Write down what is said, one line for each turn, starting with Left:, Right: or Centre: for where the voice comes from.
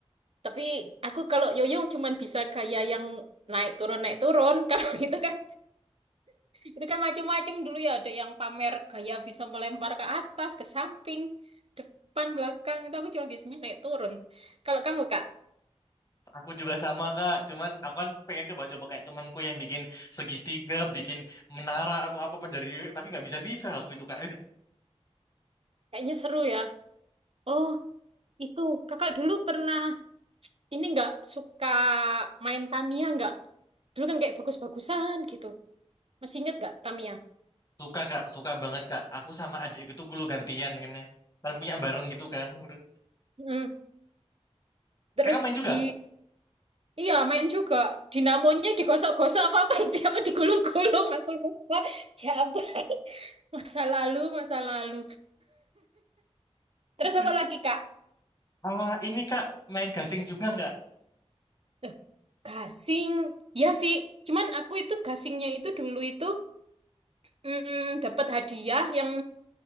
Right: tapi aku kalau yoyo cuman bisa gaya yang naik turun naik turun <laughs> kalau itu kan itu kan macem-macem dulu ya ada yang pamer gaya bisa melempar ke atas ke samping depan belakang itu aku cuma biasanya naik turun kalau kamu kak
Left: Aku juga sama Kak, cuman aku kan pengen coba-coba kayak temanku yang bikin segitiga, bikin menara atau apa apa dari tapi nggak bisa-bisa aku itu Kak. <laughs>
Right: kayaknya seru ya Oh, Itu kakak dulu pernah ini nggak suka main Tamiya nggak? Dulu kan kayak bagus-bagusan gitu. Masih inget nggak Tamiya?
Left: Suka Kak, suka banget Kak. Aku sama adikku itu gulu gantian kan ya. Kan punya bareng gitu kan. Udah.
Right: Mm. Terus
Left: Kakak main juga?
Right: di iya main juga dinamonya digosok-gosok apa apa <laughs> itu apa digulung-gulung aku lupa. Ya ampun. <laughs> Masa lalu, masa lalu. Terus
Left: <laughs>
Right: apa lagi, Kak?
Left: Ah, ini Kak, main gasing juga nggak?
Right: Eh, gasing. Ya sih, cuman aku itu gasingnya itu dulu itu mm, dapat hadiah yang